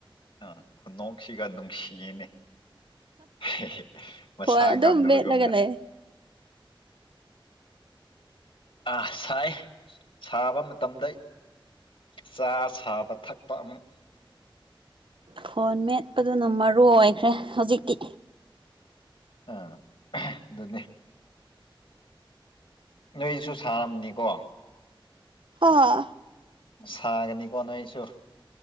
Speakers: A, on the left; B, on the right.
A: ꯑꯥ ꯈꯨꯅꯣꯛꯁꯤꯒ ꯅꯨꯡꯁꯤꯌꯦꯅꯦ ꯍ‌ꯦꯍ‌ꯦ ꯃꯁꯥ
B: ꯐꯣꯟ ꯑꯗꯨꯝ
A: ꯉꯝꯗꯕꯒꯨꯝꯅ
B: ꯃꯦꯠꯂꯒ ꯂꯩ
A: ꯑꯥ ꯁꯥꯏ ꯁꯥꯕ ꯃꯇꯝꯗ ꯆꯥ ꯁꯥꯕ ꯊꯛꯄ ꯑꯃꯨꯛ
B: ꯐꯣꯟ ꯃꯦꯠꯄꯗꯨꯅ ꯃꯔꯨ ꯑꯣꯏꯈ꯭ꯔꯦ ꯍꯧꯖꯤꯛꯇꯤ
A: ꯑ ꯑꯗꯨꯅ‌ꯦ ꯅꯣꯏꯁꯨ ꯁꯥꯔꯝꯅꯤꯀꯣ
B: ꯍꯥ
A: ꯁꯥꯒꯅꯤꯀꯣ ꯅ‌ꯣꯏꯁꯨ